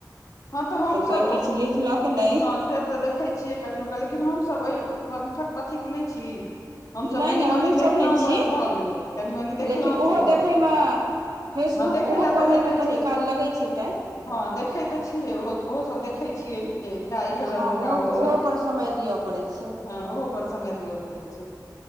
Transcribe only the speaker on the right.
कोइ
किछु लिखलक नहि
नहि
नहि हमहूँसभ
नहि छी
लेकिन ओहो
देखयमे
फेसबुक
ओहो
पढ़ैमे
कनि
काल लगै छै टाइम
हँ
ओहो
ओहो पर समय दिअ पड़ै छै